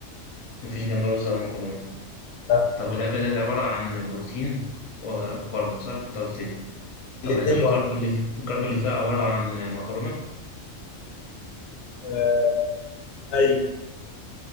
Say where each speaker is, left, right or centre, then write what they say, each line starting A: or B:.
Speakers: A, on the left (about 40°); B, on the left (about 75°).
A: مفيش جنبها رز أو مكرونة
B: لا
A: طب الأكلة ديت عبارة عن بروتين وكرب صح؟ أنت قلت لي طب
B: الاتنين
A: الكرب
B: مع بعض.
A: اللي في... الكرب اللي فيها عبارة عن مكرونة؟
B: آه، أيوه